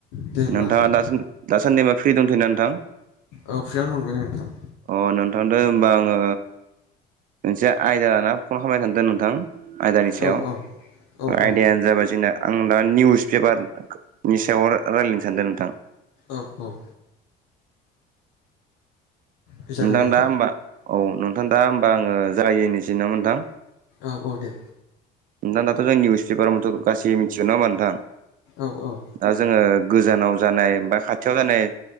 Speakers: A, on the left; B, on the right.
A: दे होनबा
B: नोंथांआ
A: होनदो
B: दा दासान्दिबा फ्रि दंथोयोना नोंथां
A: औ फ्रिआवनो दंथ'यो नोंथां
B: अ नोंथांदो होमबा आङो मोनसे आयदा लाना फन खालामनाय थांदों नोंथां आयदानिसायाव
A: औ औ औ
B: आयदायानो
A: औ
B: जाबाय जोंना आं दा निउस पेपारनि सायाव रायज्लायनो सानदों नोंथां
A: औ औ फैजागोन
B: नोंथां
A: दे
B: दा होमबा औ नोंथां दा होमबा आङो जानाखि मोनथिनो मोनदों
A: औ औ दे
B: नोंथां दाथ' जों निउसपार मथ'यै जों गासिबो मिथियो नडा होमबा नोंथां
A: औ औ
B: दा जोङो गोजानाव जानाय बा खाथियाव जानाय